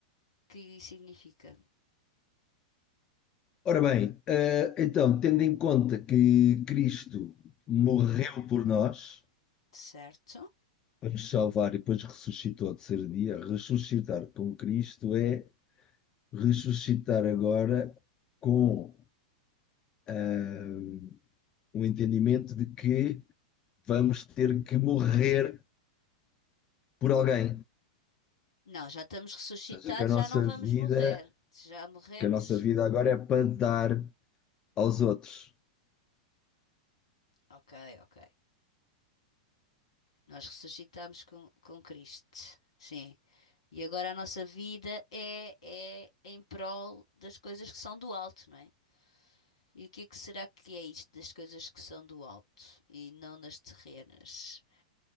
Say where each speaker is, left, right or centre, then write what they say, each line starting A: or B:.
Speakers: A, on the left (about 65°); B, on the left (about 25°).
A: que significa?
B: Ora bem, eh, então, tendo em conta que Cristo morreu por nós,
A: Certo?
B: para nos salvar e depois ressuscitou ao terceiro dia, ressuscitar com Cristo é ressuscitar agora com eh, o entendimento de que vamos ter que morrer por alguém.
A: Não, já estamos ressuscitados,
B: Ou seja, que a nossa
A: já não vamos
B: vida,
A: morrer. Se já morremos,
B: que a nossa vida agora é para dar aos outros.
A: ok, ok. Nós ressuscitamos com, com Cristo, sim. E agora a nossa vida é, é em prol das coisas que são do alto, não é? E o que é que será que é isto das coisas que são do alto e não das terrenas?